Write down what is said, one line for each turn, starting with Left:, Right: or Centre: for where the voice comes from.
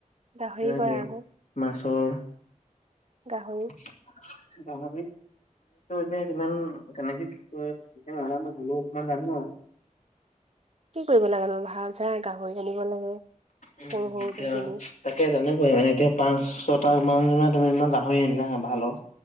Right: গাহৰি
Left: সেনেকে,
Right: কৰা আকৌ
Left: মাছৰ
Right: গাহৰি।
Left: <unintelligible> <unintelligible> যে, ইমান কেনেকে, কি কয়? কৰে নাজানোঁ। হ'লেও অকমান জানোঁ আও।
Right: কি কৰিব লাগেনো? ভাল চাই গাহৰি আনিব লাগে,
Left: উম
Right: সৰু -সৰুতে
Left: এতিয়া
Right: কিনি।
Left: তাকে, তেনেকৈ মানে, এতিয়া পাঁচ, ছটা মান তুমি, ইমান গাহৰি আনিলা হা! ভালৰ।